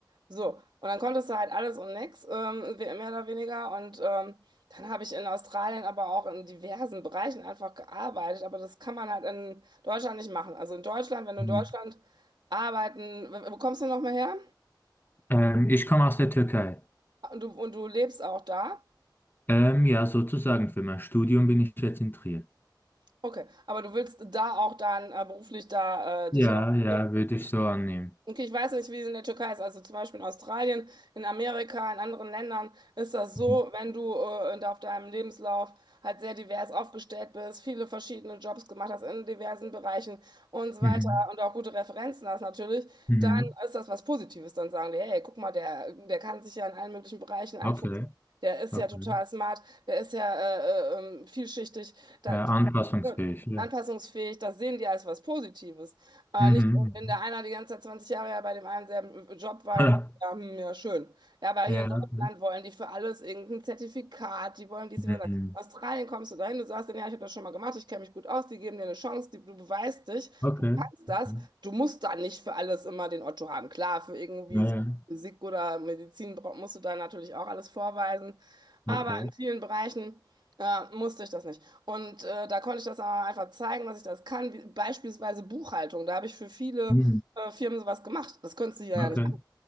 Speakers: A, on the right (about 70°); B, on the left (about 25°).
A: So. Und dann konntest du halt alles und nix, ähm, mehr oder weniger. Und ähm, dann habe ich in Australien aber auch in diversen Bereichen einfach gearbeitet. Aber das kann man halt in Deutschland nicht machen. Also in Deutschland, wenn du
B: Mhm.
A: in Deutschland arbeiten, wo wo kommst du nochmal her?
B: Ähm, ich komme aus der Türkei.
A: Und du, und du lebst auch da?
B: Ähm, ja, sozusagen für mein Studium bin ich jetzt in Trier.
A: Okay. Aber du willst da auch dann äh, beruflich da äh, dich
B: Ja,
A: orientieren?
B: ja, würde ich so annehmen.
A: Okay, ich weiß nicht, wie es in der Türkei ist. Also zum Beispiel in Australien, in Amerika, in anderen Ländern ist das so,
B: Mhm.
A: wenn du äh, da auf deinem Lebenslauf halt sehr divers aufgestellt bist, viele verschiedene Jobs gemacht hast in diversen Bereichen und so weiter
B: Mhm.
A: und auch gute Referenzen hast natürlich,
B: Mhm.
A: dann ist das was Positives. Dann sagen die, hey, guck mal, der, der kann sich ja in allen möglichen Bereichen einfuchsen.
B: Okay,
A: Der ist
B: okay.
A: ja total smart, der ist ja äh, äh, ähm, vielschichtig, da,
B: Ja, anpassungsfähig,
A: der,
B: ja.
A: anpassungsfähig. Das sehen die als was Positives. Aber
B: Mhm.
A: nicht,
B: mhm.
A: wenn der einer die ganze Zeit 20 Jahre ja bei dem einen selben Job war,
B: <laughs>
A: dann sagt er, ja, hm, ja, schön. Ja, aber hier
B: Ja.
A: in Deutschland wollen die für alles irgendein Zertifikat, die wollen dies,
B: Mhm.
A: die wollen das. In Australien kommst du dahin, du sagst dann, ja, ich habe das schon mal gemacht, ich kenne mich gut aus, die geben dir eine Chance, die, du beweist dich,
B: Okay.
A: du kannst das,
B: Okay.
A: du musst da nicht für alles immer den Otto haben. Klar, für irgendwie
B: Ja,
A: so
B: ja.
A: Physik oder Medizin bra- musst du da natürlich auch alles vorweisen, aber
B: Okay.
A: in vielen Bereichen äh, musste ich das nicht. Und äh, da konnte ich das aber einfach zeigen, dass ich das kann. Wie, beispielsweise Buchhaltung. Da habe ich für viele
B: Mhm.
A: äh, Firmen sowas gemacht. Das könntest du hier ja
B: Okay.
A: nicht machen.